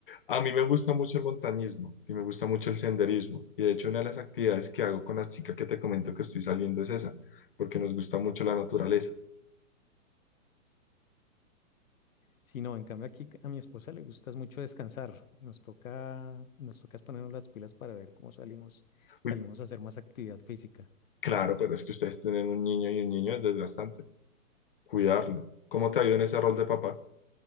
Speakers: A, on the left (about 40°); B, on the left (about 65°).
A: A mí me gusta mucho el montañismo y me gusta mucho el senderismo. Y de hecho, una de las actividades que hago con la chica que te comento que estoy saliendo es esa, porque nos gusta mucho la naturaleza.
B: Sí, no, en cambio aquí a mi esposa le gusta mucho descansar. Nos toca, nos toca es ponernos las pilas para ver cómo salimos, salimos
A: Uy,
B: a hacer más actividad física.
A: claro, pero es que ustedes tienen un niño y un niño es desgastante. Cuidarlo. ¿Cómo te ha ido en ese rol de papá?